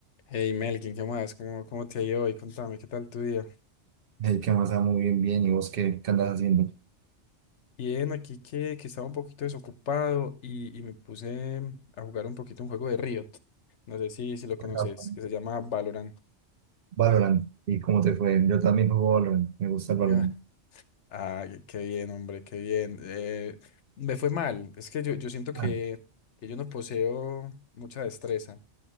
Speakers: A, on the left; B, on the right.
A: Hey Melkin, ¿qué más? ¿Cómo, cómo te ha ido hoy? Contame, ¿qué tal tu día?
B: Hey, ¿qué más? Ah, Muy bien, bien. ¿Y vos qué, qué andas haciendo?
A: Bien, aquí que, que estaba un poquito desocupado y, y me puse a jugar un poquito un juego de Riot. No sé si, si lo conoces,
B: Exacto.
A: que se llama Valorant.
B: Valorant. ¿Y cómo te fue? Yo también juego Valorant. Me gusta el
A: Ya.
B: Valorant.
A: Ah, qué qué bien, hombre, qué bien. Eh, me fue mal. Es que yo, yo siento que,
B: Ah,
A: que yo no poseo mucha destreza